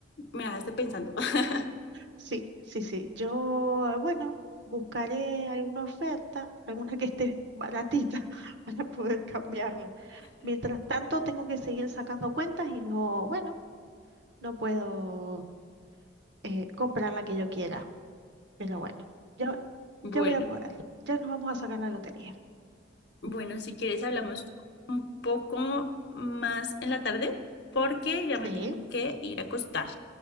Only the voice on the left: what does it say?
me dejaste pensando. <laughs>
Bueno.
Bueno, si quieres hablamos un poco más en la tarde porque ya me
tengo que ir a acostar.